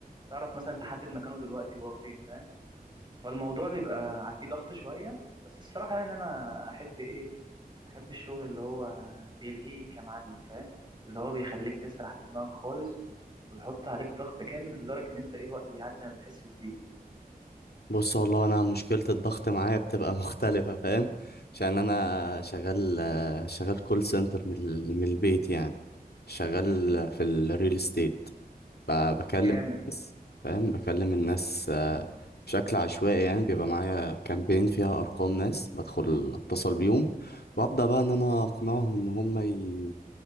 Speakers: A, on the right (about 30°); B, on the left (about 85°).
A: تعرف مثلا تحدد مكانه دلوقتي هو فين فاهم فالموضوع بيبقى ع- فيه ضغط شويه بس الصراحه يعني انا احب ايه احب الشغل اللي هو بيلهيك يا معلم فاهم اللي هو بيخليك تسرح بدماغك خالص ويحط عليك ضغط جامد لدرجه ان انت ايه الوقت بيعدي ما بتحسش بيه
B: بص والله انا مشكلة الضغط معايا بتبقى <laughs> مختلفة فاهم عشان انا شغال شغال كول سنتر من ال- من البيت يعني شغال في الريل استيت ب- بكلم
A: جامد
B: الناس فاهم بكلم الناس آه، بشكل عشوائي يعني بيبقى معايا كامبين فيها أرقام ناس بدخل أتصل بيهم وأبدأ بقى إن أنا أقنعهم إن هم ي...